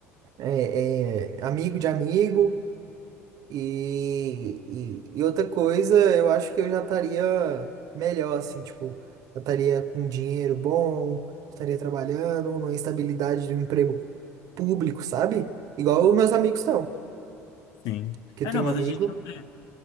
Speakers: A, on the right; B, on the left.
A: É, é amigo de amigo e, e, e outra coisa, eu acho que eu já estaria melhor, assim, tipo, eu estaria com dinheiro bom, estaria trabalhando, numa estabilidade de um emprego público, sabe? Igual os meus amigos estão.
B: sim.
A: Que
B: É,
A: eu tenho
B: não,
A: um
B: mas
A: amigo,
B: a gente não quer.